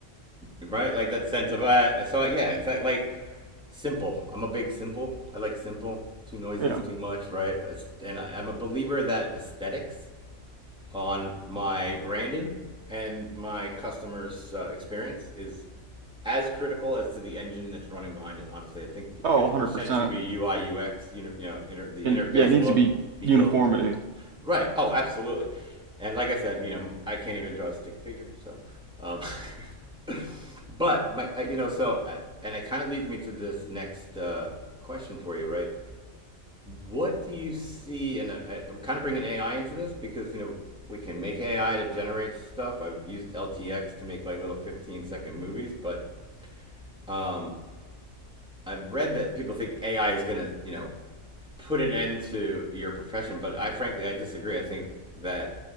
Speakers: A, in the centre; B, on the right.
A: right, like that sense of I, I saw it. Yeah, exactly. Like Simple. I'm a big simple. I like simple. Too noisy
B: Yeah.
A: is too much, right? It's- And I- I'm a believer that aesthetics on my branding and my customers' uh, experience is as critical as to the engine that's running behind it. Honestly, I think
B: Oh,
A: 50%
B: 100%.
A: should be UI UX. You know, you know, inter, the
B: And
A: interface
B: yeah, it needs
A: look,
B: to be
A: feel.
B: uniformity.
A: Right. Oh, absolutely. And like I said, you know, I can't even draw a stick figure. So, um, <laughs> but my, uh, you know, so, uh, and it kind of leads me to this next uh, question for you, right? What do you see? And uh, I, I'm kind of bringing AI into this because, you know, we can make AI to generate stuff. I've used LTX to make like little 15 second movies, but um, I've read that people think AI is going to, you know, put an end to your profession, but I frankly I disagree. I think that